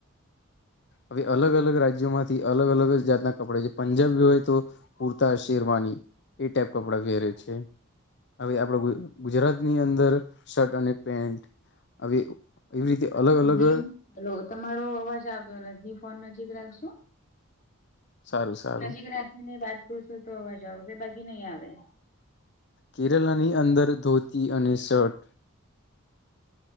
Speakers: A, on the left; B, on the left.
A: હવે અલગ અલગ રાજ્યોમાંથી અલગ અલગ જાતના કપડા જે પંજાબ હોય. તો કુર્તા શેરવાની એ ટાઈપ કપડા પહેરે છે. હવે આપડ ગુજરાતની અંદર શર્ટ અને પેન્ટ હવે. એવી રીતે અલગ
B: હા
A: અલગ.
B: હેલો. હલો તમારો અવાજ આવતો નથી ફોન નજીક રાખશો
A: સારું સારું
B: નજીક રાખીની વાત કરશું તો અવાજ આવશે બાકી નહી આવે.
A: કેરલા ની અંદર ધોતી અને શર્ટ.
B: .